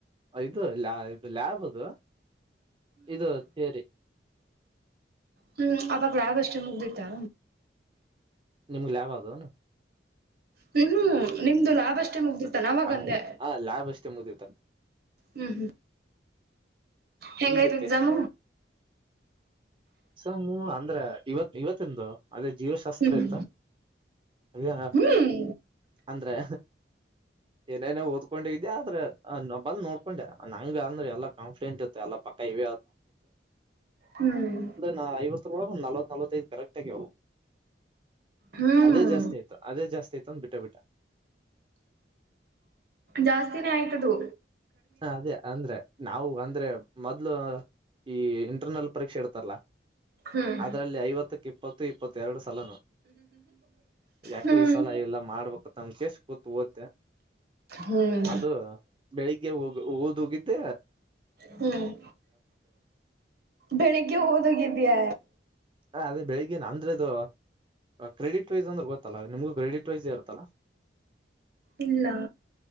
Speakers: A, on the right (about 30°); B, on the right (about 60°).
A: ಇದುಾ ಇದು ಲ್ಯಾಬ್ ಅದು ಇದು ಸೇರಿ
B: ಹ್ಮ್ ಅವಾಗ ಯಾಗ ಅಷ್ಟ ಮುಗ್ದತಾ
A: ನಿಮ್ಗ್ ಯಾವ ಅದುನಾ
B: ತು ಹು ನಿಮ್ದು ಲಾಭಷ್ಟೇ ಮುಗ್ದಿತ್ತ
A: ನ-
B: ನಾವಾಗಂದೆ
A: ಹಂಗ ಆ ಲ್ಯಾಬ್ ಅಷ್ಟೇ ಮುಗಿತ
B: ಹ್ಮ್ ಹ್ಮ್ ಹೆಂಗಯ್ತು
A: ಈಗ
B: ಎಕ್ಸಾಮ
A: ಸಮ್ಮ ಅಂದ್ರ ಇವತ್ ಇವತ್ತಂದು ಅದೇ ಜೀವಶಾಸ್ತ್ರ
B: ಹ್ಮ್
A: ಇತ ಅ್ಯ
B: ಹ್ಮ್
A: ಅಂದ್ರೆ ಏನೇನೋ ಓದ್ಕೊಂಡಿದ್ಯಾ ಆದ್ರ ಬಂದ್ ನೋಡ್ ಹಕೊಂಡೆ ನಂಗ ಅಂದ್ರೆ ಎಲ್ಲ ಕಾಫಿಡೆಂಟ್ ಇತ್ತ ಎಲ್ಲ ಪಕ್ಕ ಇವ
B: ಹ್ಮ್
A: ನಾ ಐವತ್ತು ರಳ ಒಂದು ನಲ್ವತ್ ನಲ್ಐದು ಕರೆಕ್ಟ್ ಆಗ್ಯವು
B: ಹ್ಮ್
A: ಅದೇ ಜಾಸ್ತಿ ಆಯ್ತು ಅದೇ ಜಾಸ್ತಿ ಆಯ್ತು ಅಂದ ಬಿಟ್ಟ ಬಿಟ್ಟ
B: ಜಾಸ್ತಿನೇ ಆಯ್ತದುು
A: ಹ ಅದೇ ಅಂದ್ರೆ ನಾವು ಅಂದ್ರೆ ಮೊದ್ಲು ಈ ಇಂಟರ್ನಲ್ ಪರೀಕ್ಷೆ ಇಡ್ತಾರಲ್ಲ
B: ಹ್ಮ್
A: ಅದರಲ್ಲಿ ಐವತ್ತಕ್ಕೆ ಇಪ್ಪತ್ತು ಇಪ್ಪತ್ತ ಎರಡು ಸಲನು ಯಾಕೋ
B: ಹ್ಮ್
A: ಈ ಸಲ ಎಲ್ಲ ಮಾಡ್ಬೇಕತ್ಮ ಕಸ ಕೂ ಹೋಗ್ದೆ
B: ಹ್ಮ್
A: ಅದು ಬೆಳಿಗ್ಗೆ ಓದ ಹೋಗಿದ್ದೆ
B: ಹ್ಮ್ ಬೆಳಿಗ್ಗೆ ಹೋದೋಗಿದಯ
A: ಹ ಅದೇ ಬೆಳಿಗ್ಗೆ ನ ಅಂದ್ರದು ಕ್ರೆಡಿಟ್ ರೈಸ್ ಅಂದ್ರೆ ಗೊತ್ತಲ್ಲ ನಿಮ್ಗೂ ಕ್ರೆಡಿಟ್ ರೈಸ್ ಇರುತ್ತಲ್ಲಾ
B: ಇಲ್ಲ